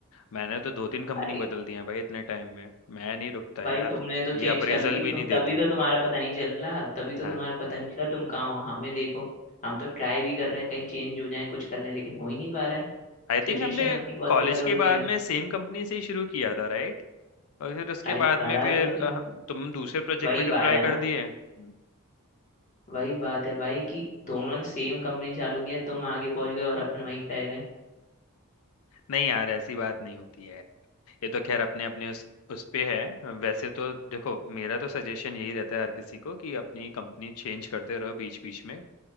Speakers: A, on the left; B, on the left.
A: मैंने तो दो तीन
B: भाई
A: कंपनी बदल दी है भाई इतने टाइम में मैं नहीं रुकता यार
B: भाई तुमने तो चेंज
A: ये अप्रेजल
B: कर ली
A: भी
B: तुम
A: नहीं
B: तभी
A: देते
B: तो तुम्हारा पता नहीं चल रहा तभी तो
A: हाँ
B: तुम्हारा पता नहीं चला तुम कहाँ हो हमें देखो हम तो ट्राई भी कर रहे हैं कहीं चेंज हो जाए कुछ कर लें लेकिन हो ही नहीं पा रहा है
A: आई
B: सिचुएशन
A: थिंक हमने
B: अपनी बहुत
A: कॉलेज
B: बेकार हो
A: के
B: रखी
A: बाद
B: है
A: में सेम कंपनी से ही शुरू किया था राइट और फिर उसके
B: अरे
A: बाद
B: करा
A: में फिर
B: तो सेम
A: अ, तुम दूसरे प्रोजेक्ट
B: वही
A: में डिप्लॉय
B: बात है ना
A: कर दिए हम्म।
B: वही बात है भाई कि दोनों ने सेम कंपनी चालू किया तुम आगे पहुंच गए और अपन वहीं पे आ गए
A: नहीं यार ऐसी बात नहीं होती है ये तो खैर अपने अपने उस उस पे है वैसे तो देखो मेरा तो सजेशन यही रहता है हर किसी को कि अपनी कंपनी चेंज करते रहो बीच बीच में